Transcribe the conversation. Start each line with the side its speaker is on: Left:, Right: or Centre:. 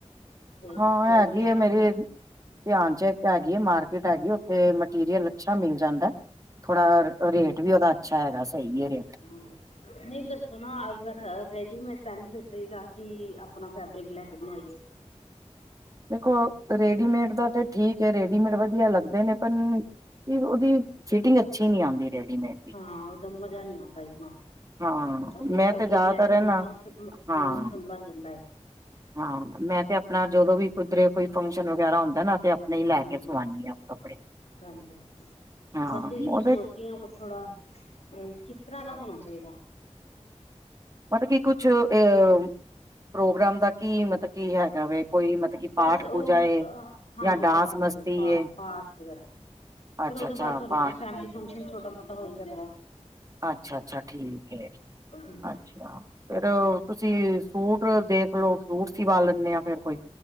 Left: ਫਿਰ
Right: ਹਾਂ
Left: ਹੋਰ
Right: ਹੈਗੀ
Left: ਦੇਖਾਂਗੇ
Right: ਆ ਮੇਰੀ ਧਿਆਨ ਚ ਇੱਕ ਹੈਗੀ ਹੈ ਮਾਰਕੀਟ ਹੈਗੀ ਉੱਥੇ ਮਟੀਰੀਅਲ ਅੱਛਾ ਮਿਲ ਜਾਂਦਾ ਥੋੜਾ ਰੇਟ ਵੀ ਉਹਦਾ ਅੱਛਾ ਹੈਗਾ ਸਹੀ ਹੈ ਰ
Left: ਹਮ ਨਹੀਂ ਦੱਸੋ ਨਾ ਅਗਰ ਰੈਡੀਮੇਡ ਬੈਨੀਫਿਟ ਰਹੇਗਾ ਕਿ ਆਪਣਾ ਫੈਬਰਿਕ ਲੈ ਕੇ ਬਣਾਵਾਈਏ
Right: ਦੇਖੋ ਰੇਡੀਮੇਡ ਦਾ ਤੇ ਠੀਕ ਹੈ ਰੇਡੀਮੇਡ ਵਧੀਆ ਲੱਗਦੇ ਨੇ ਪਰ ਕੀ ਉਹਦੀ ਫਿਟਿੰਗ ਅੱਛੀ ਨਹੀਂ ਆਉਂਦੀ ਰੈਡੀਮੇਡ ਦੀ
Left: ਹਾਂ ਉਹਦਾ ਮਜ਼ਾ ਨਹੀਂ ਆਉਂਦਾ ਇਤਨਾ
Right: ਹਾਂ
Left: ਆਪਣਾ
Right: ਮੈਂ
Left: ਫੈਬਰਿਕ
Right: ਤੇ ਜ਼ਿਆਦਾਤਰ
Left: ਲੈ ਕੇ
Right: ਰਹਿੰਦਾ
Left: ਬਣਾਓ ਨਾ ਫਿਰ ਮਨਪਸੰਦ
Right: ਹਾਂ
Left: ਬਣ ਜਾਂਦਾ
Right: ਹਾਂ ਮੈਂ ਤੇ ਆਪਣਾ ਜਦੋਂ ਵੀ ਕੁਧਰੇ ਕੋਈ ਫੰਕਸ਼ਨ ਵਗੈਰਾ ਹੁੰਦਾ ਨਾ ਤੇ ਆਪਣੇ ਹੀ ਲੈ
Left: ਹਾਂਜੀ,
Right: ਕੇ ਸਵਾਉਾਨਣੀ ਆਾਂ ਕੱਪੜੇ
Left: ਹਾਂਜੀ
Right: ਹਾਂ
Left: ਬਸ ਇਹੀ ਕੁ
Right: ਉਹਦੇ
Left: ਸੋਚ ਰਹੀ ਹ ਕੁ ਥੋੜਾ ਅ ਕਿਸ ਤਰ੍ਹਾਂ ਦਾ ਹੋਣਾ ਚਾਹੀਦਾ
Right: ਮਤਲਬ ਕੀ ਕੁਛ ਅ ਪ੍ਰੋਗਰਾਮ ਦਾ ਕੀ ਮਤਲਬ ਕੀ ਹੈਗਾ ਵ ਕੋਈ ਮਤਲਬ ਕਿ
Left: ਬਸ
Right: ਪਾਠ
Left: ਉਹ
Right: ਪੂਜਾ ਏ
Left: ਹਾਂਜੀ
Right: ਜਾਂ ਡਾਂਸ
Left: ਪਾਠ
Right: ਮਸਤੀ
Left: ਪਾਠ
Right: ਏ
Left: ਪਾਠ ਵਗੈਰਾ ਫੇਰ
Right: ਅੱਛਾ-ਅੱਛਾ
Left: ਉਹਦੇ ਬਾਅਦ ਤੁਹਾਨੂੰ
Right: ਪਾ
Left: ਪਤਾ ਫੈਮਿਲੀ ਫੰਕਸ਼ਨ ਛੋਟਾ ਮੋਟਾ ਹੋ ਜਾਂਦਾ ਹੈ
Right: ਅੱਛਾ ਅੱਛਾ ਠੀਕ ਹੈ ਜ
Left: ਹਾਂ
Right: ਅੱਛਾ ਫੇਰ ਤੁਸੀਂ ਫੂਟ ਦੇਖਲੋ ਫਰੂਟ ਸਿਵਾ ਲੈਂਦੇ ਆ ਫੇਰ ਕੋਈ